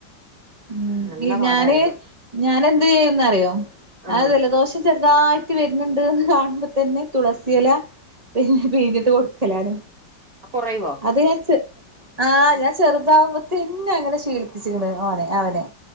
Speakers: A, on the right (about 20°); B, on the right (about 45°).
A: ഉം
B: നല്ല
A: ഈ
B: പാടായിരുന്നു
A: ഞാന് ഞാനെന്ത് ചെയ്യുന്നറിയോ
B: ആ
A: ആഹ് ജലദോഷം ചെർതായിറ്റ് വെരുന്ന്ണ്ട്ന്ന് കാണുമ്പോ തന്നെ തൊളസി എല പിന്നെ പിഞ്ഞട്ട് കൊടുക്കലാണ്
B: ആ കൊറയുവോ
A: അത് ഇങ്ങനെ ചെ ആഹ് ഞാൻ ചെറുതാവുമ്പത്തന്നെ അങ്ങനെ ശീലിപ്പിച്ച്ക്കണ് ഓനെ അവനെ